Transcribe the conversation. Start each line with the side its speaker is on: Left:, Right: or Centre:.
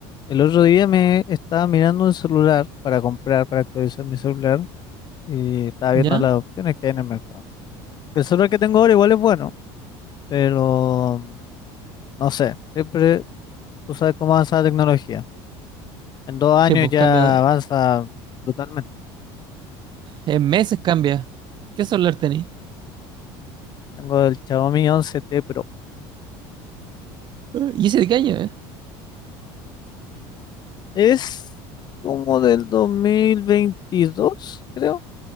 Left: El otro día me estaba mirando un celular para comprar, para actualizar mi celular y estaba viendo
Right: ¿Ya?
Left: las opciones que hay en el mercado. El celular que tengo ahora igual es bueno, pero mm, no sé, siempre tú sabes cómo avanza la tecnología. En dos años
Right: Sí, pues
Left: ya
Right: cambia.
Left: avanza brutalmente.
Right: En meses cambia. ¿Qué celular tenés?
Left: Tengo el Xiaomi 11T Pro.
Right: Eh, ¿Y ese de qué año, eh?
Left: Es como del 2022, creo,